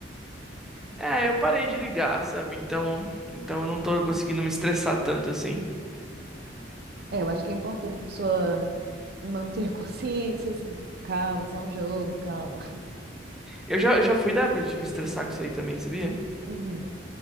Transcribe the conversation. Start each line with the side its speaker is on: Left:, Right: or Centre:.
Centre: É, eu parei de ligar, sabe? Então, então eu não tô conseguindo me estressar tanto assim.
Right: É, eu acho que é importante a pessoa manter a consciência, assim, tipo, calma, é só um jogo, calma.
Centre: Eu já, eu já fui da época de me estressar com isso aí também, sabia?
Right: <laughs> Uhum.